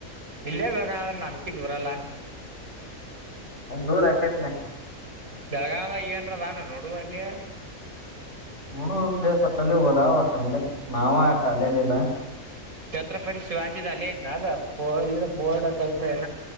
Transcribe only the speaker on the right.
ಇಲ್ಲೇ ಬಾಗ ಆದ್ರ ನಂಬಕಿ ದೂರಲ್ಲ
ಬೆಳಗಾವದ ಏನ್ರದಾನ ನೋಡುವ ಅಲ್ಲಿಯ
ಛತ್ರಪತಿ ಶಿವಾಜಿದಲ್ಲಿ ಅದದು ಪೋರ್ಡ ಇಲ